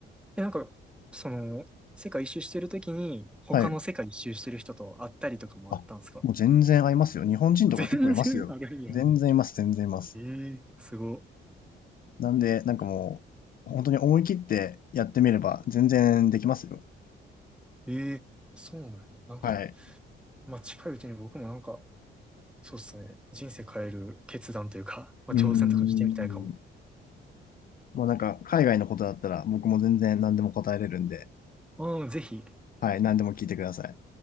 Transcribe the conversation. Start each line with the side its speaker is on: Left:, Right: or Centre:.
Centre: え、なんか、その、世界一周してるときに、他の世界一周してる人と会ったりとかもあったんですか
Left: はい。あ、もう全然合いますよ。日本人とか結構いますよ。
Centre: <laughs> 全然あるんや。
Left: 全然います、全然います。
Centre: ええすご。
Left: なんで、なんかもう、本当に思い切ってやってみれば全然できますよ。
Centre: ええそうなんだよ。なんか、
Left: はい。
Centre: まあ、近いうちに僕もなんか、そうっすね、人生変える決断というか、まあ、
Left: うーん。
Centre: 挑戦とかしてみたいかも。
Left: もうなんか、海外のことだったら僕も全然何でも答えれるんで、
Centre: ああ、ぜひ。
Left: はい、何でも聞いてください。